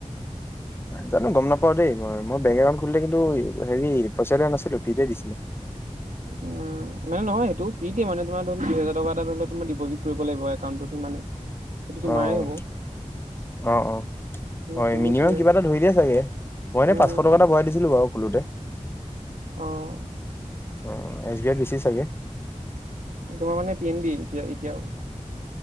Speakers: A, on the left; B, on the right.
A: জানো গম নাপাও দেই মই মই বেংক একাউণ্ট খুলিলে কিন্তু হেৰি পইচা দিয়া নাছিলো ফ্ৰীতে দিছিলে। <unintelligible>
B: উম মানে নহয় য়েইটো ফ্ৰী দিয়ে মানে তোমাৰ ধৰি ল দুহেজাৰ টকা এটা ধৰা তোমাৰ ডিপজি কৰিব লাগিব একাউণ্টত। সিমানে সেইটোতো
A: অ',
B: মায়েই হ'ব।
A: অ অ। হয়
B: শুনিছোৱে
A: মিনিমাম কিবা এটা ধৰি দিয়ে চাগে মই ইনে
B: উম
A: পাঁচশ টকা এটা ভৰাই দিছিলো বাৰু খোলোতে।
B: অহ।
A: অ এছ বি আইত বেছি চাগে।
B: তোমাৰ মানে পি এন বি এতিয়া এতিয়াও।